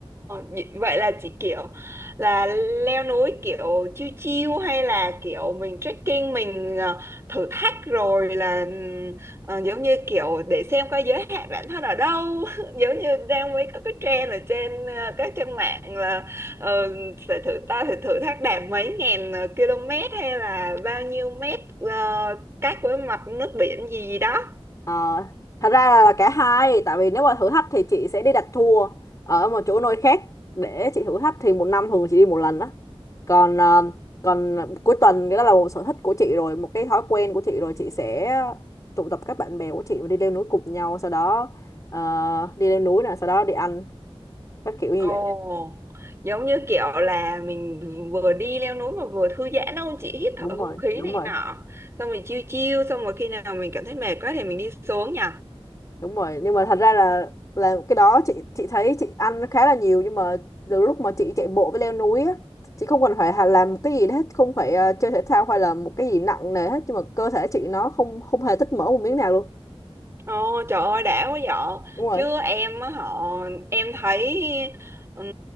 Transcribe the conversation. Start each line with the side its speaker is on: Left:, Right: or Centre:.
Right: vậy vậy là chỉ kiểu là leo núi kiểu chiêu chiêu hay là kiểu mình trekking mình ờ, thử thách rồi là ừm, ờ, giống như kiểu để xem coi giới hạn bản thân ở đâu <laughs> giống như đang mấy có cái trend ở trên ờ, các trang mạng là ờ, phải thử ta phải thử thách đạt mấy ngàn ờ, km hay là bao nhiêu mét ờ, cách với mặt nước biển gì gì đó
Left: Ờ, thật ra là, là cả hai tại vì nếu mà thử thách thì chị sẽ đi đặt tour ở một chỗ nơi khác để chị thử thách thì một năm thường chị đi một lần đó còn ờ, còn cuối tuần cái đó là một sở thích của chị rồi một cái thói quen của chị rồi chị sẽ tụ tập các bạn bè của chị và đi leo núi cùng nhau sau đó ờ, đi leo núi nè sau đó đi ăn các kiểu như
Right: Ồ,
Left: vậy
Right: giống như kiểu là mình vừa đi leo núi mà vừa thư giãn đâu chị hít thở
Left: đúng
Right: không
Left: rồi
Right: khí
Left: đúng
Right: này
Left: rồi
Right: nọ xong rồi chiêu chiêu xong rồi khi nào mình cảm thấy mệt quá thì mình đi xuống nhỉ
Left: đúng rồi nhưng mà thật ra là là cái đó chị chị thấy chị ăn khá là nhiều nhưng mà từ lúc mà chị chạy bộ với leo núi á chị không cần phải hà- làm cái gì hết không phải ờ, chơi thể thao hay là một cái gì nặng nề hết nhưng mà cơ thể chị nó không không hề tích mỡ một miếng nào luôn
Right: Ồ, trời ơi đã quá vợ
Left: đúng rồi
Right: chứ em á họ em thấy ừm,